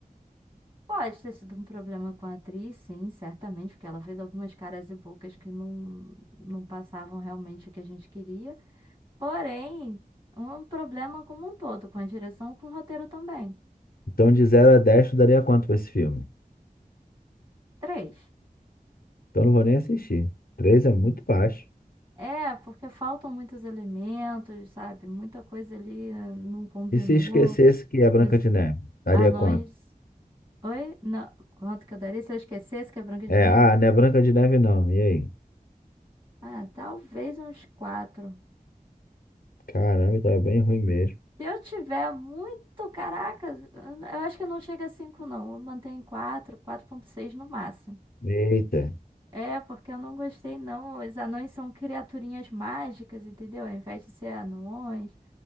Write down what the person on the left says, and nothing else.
Então, de zero a 10, tu daria quanto pra esse filme?
Então, eu não vou nem assistir. Três é muito baixo.
E se esquecesse que é Branca
de Neve? Daria
quanto?
É,
ah, não é Branca de Neve não. E aí?
Caramba, então é bem ruim mesmo.
Eita,